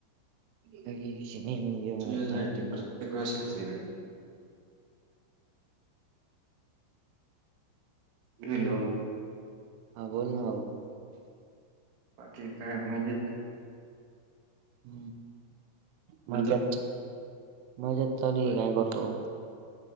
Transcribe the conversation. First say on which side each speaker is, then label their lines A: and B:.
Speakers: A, on the right; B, on the right.
A: क श नाही. येऊ.
B: तुझ्यासाठी
A: माहिती आहे
B: प्रत्येक साहय. हॅलो,
A: हा बोल ना भाऊ.
B: ठीक आहे मणज
A: ह
B: हं,
A: मायकट मजेत चालू आहे काय करतो.